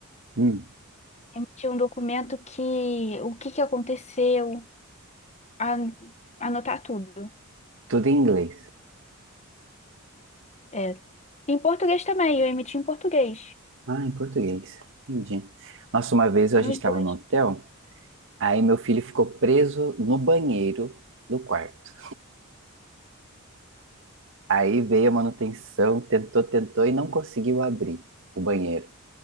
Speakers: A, on the right; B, on the left.
A: Hum.
B: Emitir um documento que o que que aconteceu, an- anotar tudo.
A: Tudo em inglês.
B: É. Em português também, eu emiti em português.
A: Ah, em português. Entendi. Nossa, uma vez a
B: Nos
A: gente estava
B: dois.
A: no hotel, aí meu filho ficou preso no banheiro do quarto. Aí veio a manutenção, tentou, tentou e não conseguiu abrir o banheiro.